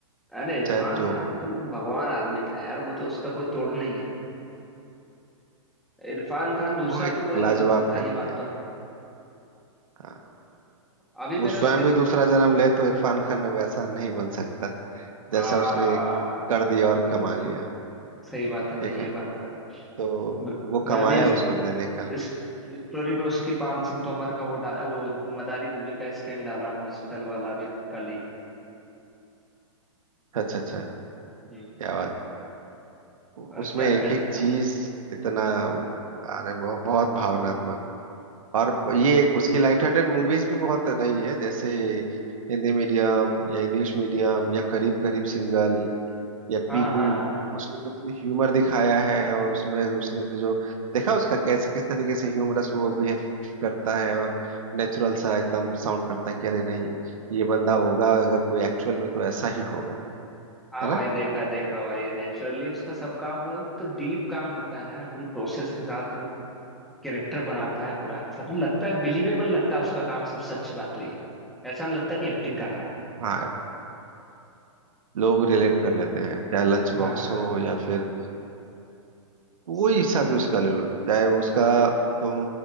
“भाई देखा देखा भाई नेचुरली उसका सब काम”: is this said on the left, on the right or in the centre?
Centre